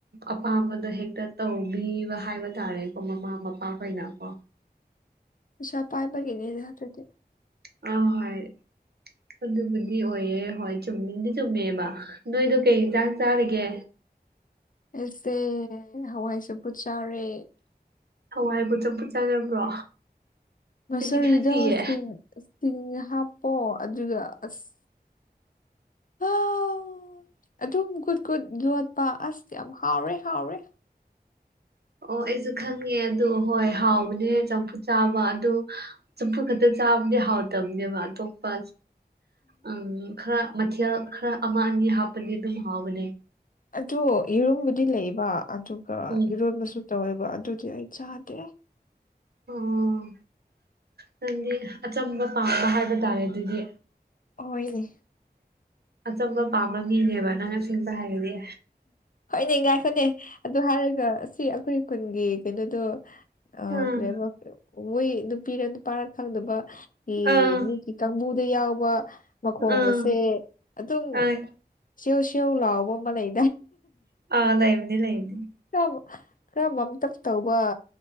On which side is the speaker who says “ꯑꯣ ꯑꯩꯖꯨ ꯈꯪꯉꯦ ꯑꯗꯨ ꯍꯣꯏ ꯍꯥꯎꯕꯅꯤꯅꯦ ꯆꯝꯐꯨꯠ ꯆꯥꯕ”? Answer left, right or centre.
Right